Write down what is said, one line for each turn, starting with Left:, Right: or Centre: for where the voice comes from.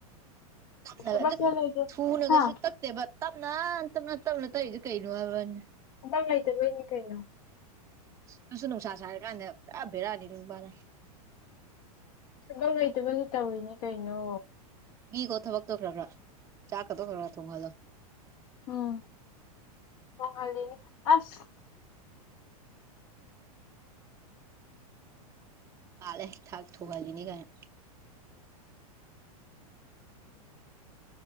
Right: ꯇꯞꯅꯒ
Left: ꯊꯕꯛ
Right: ꯑꯗꯨ
Left: ꯆꯠꯂꯣꯏꯗ꯭ꯔꯣ
Right: ꯊꯨꯅꯒꯁꯨ
Left: ꯍꯥ
Right: ꯇꯛꯇꯦꯕ ꯇꯞꯅ ꯇꯞꯅ ꯇꯞꯅ ꯇꯛꯏꯗꯣ ꯀꯩꯅꯣ ꯍꯥꯏꯕꯅꯤ
Left: ꯑꯗꯨꯝ ꯂꯩꯇꯕꯩꯅꯤ ꯀꯩꯅꯣ
Right: ꯅꯪꯁꯨ ꯅꯨꯡꯁꯥ ꯁꯥꯔ ꯀꯥꯟꯗ ꯄꯨꯔꯥ ꯕꯦꯔꯥꯅꯤ ꯑꯗꯨ ꯅꯨꯄꯥꯅ
Left: ꯁꯨꯕꯝ ꯂꯩꯇꯕꯒꯤ ꯇꯧꯔꯤꯅꯤ ꯀꯩꯅꯣ
Right: ꯄꯤꯈꯣ ꯊꯕꯛꯇꫭ ꯈꯔ ꯈꯔ ꯆꯥꯛꯀꯗꯣ ꯈꯔ ꯈꯔ ꯊꯣꯡꯍꯜꯂꯣ
Left: ꯎꯝ ꯊꫭꯡꯉꯜꯂꯤꯅꯤ ꯑꯁ
Right: ꯄꯥꯜꯂꯦ ꯊꯥꯛ ꯊꯨꯍꯜꯂꯤꯅꯤ ꯀꯥꯏꯅ